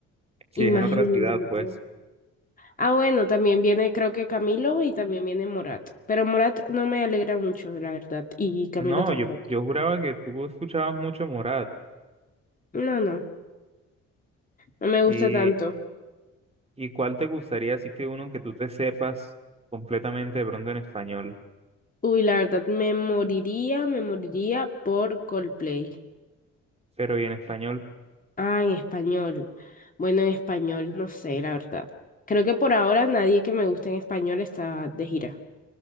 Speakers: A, on the right; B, on the left.
A: Si
B: Imagínate.
A: es en otra ciudad, pues.
B: Ah, bueno, también viene creo que Camilo y también viene Morat. Pero Morat no me alegra mucho, la verdad, y Camilo
A: No,
B: tampoco.
A: yo, yo juraba que tú escuchabas mucho Morat.
B: No, no, no me gusta
A: ¿Y,
B: tanto.
A: y cuál te gustaría? Así que uno que tú te sepas completamente de pronto en español,
B: Uy, la verdad, me moriría, me moriría por Coldplay.
A: pero y en español,
B: Ah, en español. Bueno, en español, no sé, la verdad. Creo que por ahora nadie que me guste en español está de gira.